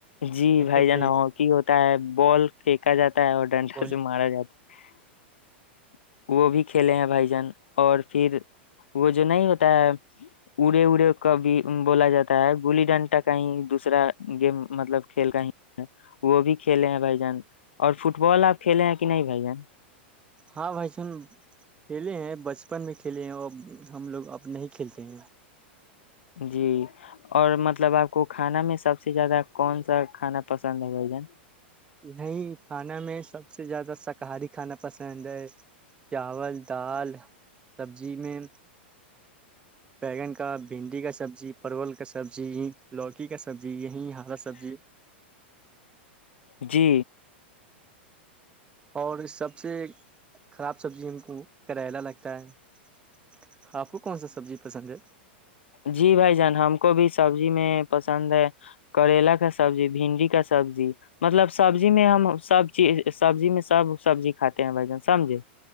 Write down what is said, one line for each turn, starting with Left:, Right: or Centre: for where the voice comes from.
Left: جی
Right: کھیلتے
Left: بھائی جان
Right: تھے
Left: ہاکی ہوتا ہے بال پھینکا جاتا ہے اور ڈنڈا
Right: بی
Left: سے مارا جاتا ہے وہ بھی کھیلے ہیں بھائی جان اور پھر وہ جو نہیں ہوتا ہے اڑے اڑے ک بھی بولا جاتا ہے گلی ڈنٹا کہیں دوسرا گیم مطلب کھیل کہیں وہ بھی کھیلے ہیں بھائی جان اور فٹ بال آپ کھیلے ہیں کہ نہیں بھائی جان
Right: ہاں بھائی سن کھیلے ہیں بچپن میں کھیلے ہیں اور ہم لوگ اب نہیں کھیلتے ہیں
Left: جی اور مطلب آپ کو کھانا میں سب سے زیادہ کون سا کھانا پسند ہے بھ جن
Right: یہ کھانا میں سب سے زیادہ شاکاہاری کھانا پسند ہے چاول دال سبزی میں بیگن کا بھنڈی کا سبزی پرول کا سبزی یہ لوکی کا سبزی یہی ہرا سبزی
Left: جی
Right: اور سب سے خراب سبزی ہم کو کریلا لگتا ہے ہاں آپ کو کون س س سبزی پسند ہے
Left: جی بھائی جان ہم کو بھی سبزی میں پسند ہے کریلا کا سبزی بھنڈی کیا سبزی مطلب سبزی میں ہم سب چیز سبزی میں سب سبزی کھاتے ہیں بھ جن سمجھے